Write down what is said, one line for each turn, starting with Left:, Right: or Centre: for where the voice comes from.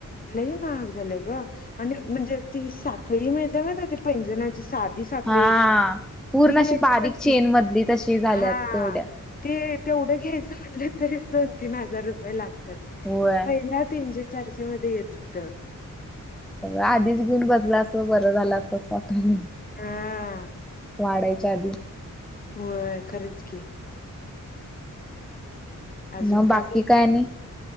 Left: लय महाग झालेय गं! आणि म्हणजे ती साखळी आहे कां नाही, पैजनाची साध ती साखळी
Centre: हा पूर्ण
Left: ती घ्यायची
Centre: अशी बारीक
Left: पण तू
Centre: चेन मधली तशी झाल्या
Left: हा
Centre: आता तेवढ्या
Left: ते तेवढं घ्यायचं म्हटलं तरी दोन-तीन हजार रुपये लागतात.
Centre: होय
Left: पहिल्या तीनशे-चारशेमध्ये येत होत.
Centre: सगळ आधीच घेऊन बसला अस बर झालं अस वाटायल.
Left: हा
Centre: वाढया चहा.
Left: हो खरंच की. अजून
Centre: मग बाकी
Left: काय बोल की?
Centre: आणि